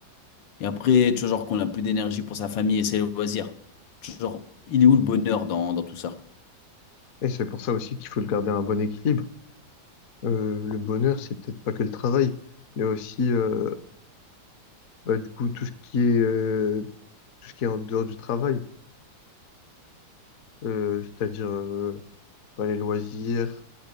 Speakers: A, on the left; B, on the left.
A: et après, tu vois, genre, qu'on n'a plus d'énergie pour sa famille et ses loisirs, tu vois, genre, il est où le bonheur dans, dans tout ça?
B: Et c'est pour ça aussi qu'il faut le garder un bon équilibre Euh, le bonheur, c'est peut-être pas que le travail. Il y a aussi, euh, bah, du coup, tout ce qui est, euh, tout ce qui est en dehors du travail. Euh, c'est-à-dire, euh, bah, les loisirs,